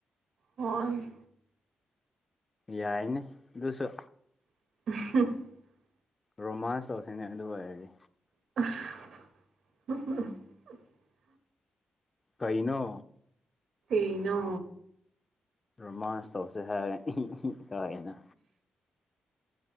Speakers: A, on the right (about 80°); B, on the left (about 35°).
A: ꯍꯣꯏ
B: ꯌꯥꯏꯅꯦ ꯑꯗꯨꯁꯨ
A: <inaudible>
B: ꯔꯣꯃꯥꯟꯁ ꯇꯧꯁꯤꯅꯦ ꯑꯗꯨ ꯑꯣꯏꯔꯗꯤ
A: <inaudible>
B: ꯀꯥꯏꯩꯅꯣ
A: ꯏꯅꯣ
B: ꯔꯣꯃꯥꯟꯁ ꯇꯧꯁꯦ ꯍꯥꯏꯔꯦ ꯀꯥꯏꯥꯏꯅ